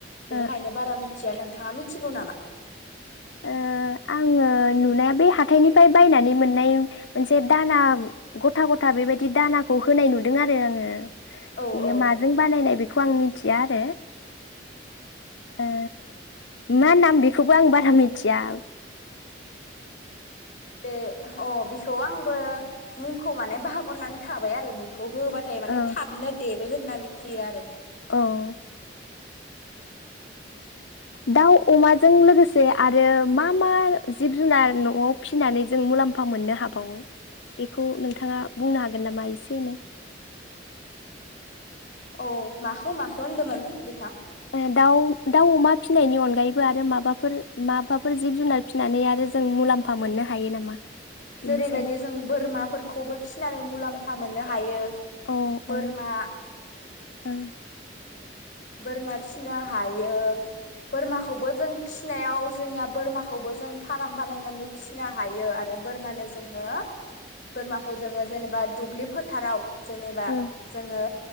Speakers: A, on the left; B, on the left.
A: बेनिखायनो
B: ओ
A: बारा मिथिया नों थांङा मिथिगौ नामा?
B: ओ आंङो नुनाया बे हाथथायनिफ्राय बायनानै मोननाय मोनसे दाना गथा-गथा बेबायदि दानाखौ होनाय नुदों आरो आंङो।
A: औ
B: बेयो
A: औ
B: माजों बानायनाय बेखौ आं मिथिया आरो ओ मा नाम बेखौबो आं बारा मिथ थिया
A: <inaudible> बे अ बेखौ आंबो मुंखौ माने बगरनानै थाबाय आरो बेखौ खौ होबाथाय माने
B: औ
A: थाबनो देरो होनना मिथि थियो आरो <inaudible>
B: औ दाउ अमा। जों लोगोसे आरो मा मा जिब जुनार न'आव फिसिनानै जों मुलाम्फा मोननो हाबावो। बेखौ नोंथाङा। बुंनो हागोन नामा एसेनो।
A: औ माखौ माखौ होनदोंमोन। बिथां?
B: <unintelligible> दाउ दाउ अमा फिसिनायनि अनगायैबो आरो माबाफोर माबाफोर जिब जुनार फिसिनानै आरो जों मुलाम्फा मोननो हायो नामा। बेनि
A: जेरैबायदि
B: सायाव
A: जों बोरमाफोरखौबो फिसिनानै मुलाम्फ फा मोननो हायो।
B: औ
A: बोरमा।
B: औ ओ
A: बोरमा फिसिनो हायो बोरमाखौबो जों फिनायाव जोंनिया बोरमाखौबो जों फार्म बानायनानै फिनो हायो। हायो आरो बोरमानो जोङो। बोरमाखौ जोङो जेनेबा दुब्लि फोथाराव। जेनेबा
B: ओ
A: जोङो।